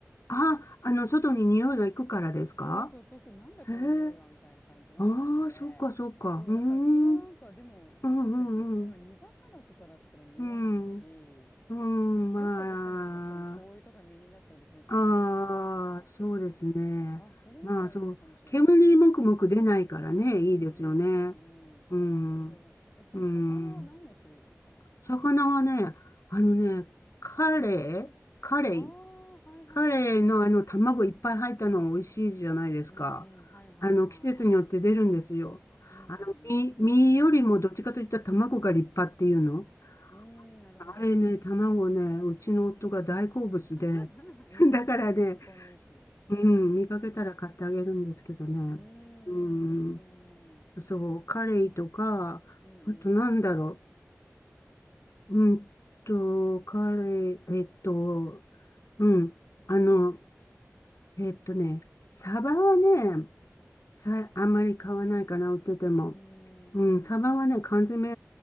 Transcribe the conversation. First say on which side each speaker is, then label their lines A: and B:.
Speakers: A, on the left; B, on the left.
A: あ、あの、外に匂いが行くからですか
B: そうそう、そうすると、なんだこの匂いはみたいな感じになっちゃうんで、
A: へえ。ああ、そっかそっか。
B: そう、
A: うーん。
B: だからそのなんか、
A: うん
B: でも、
A: うんうん。
B: そうですね、その煮魚とかだったら匂わないし、
A: うん。うん、
B: 匂ったとしてもなんかその醤油とかみりんだったら別にそんないいじゃないですか。
A: まあ。ああ、そうですね。
B: あ、それいいアイデアかもしれない。
A: まあ、そう。煙もくもく出ないからね、いいですよね。
B: うんうんうんうん。
A: うん。
B: ああ、なるほどえ、その魚は何の種類ですか
A: うん。魚はね、あのね、カレイ、カレイ
B: ああー、はいはいはい。
A: 彼のあの卵いっぱい入ったの美味しいじゃないですか。
B: うん、はいはいはいはい。
A: あの季節によって出るんですよ。
B: うんうんうん。
A: あの身、身よりもどっちかといったら卵が立派っていうの。
B: うん、なるほど。
A: あれね、卵ね、うちの夫が大好物で。
B: <laughs> あははいいじゃないですか。
A: <laughs> だからね、
B: 健康にいいし。
A: うん、見かけたら買ってあげるんですけどね。
B: うんうんうんうん。
A: うん、そう、カレイとか、
B: うんうん。
A: あとなんだろう。うんと、カレイ、えっと、うん、あの、えっとね、サバはね、さ、あんまり買わないかな、売ってても。
B: うんうん。
A: うん、サバはね、缶詰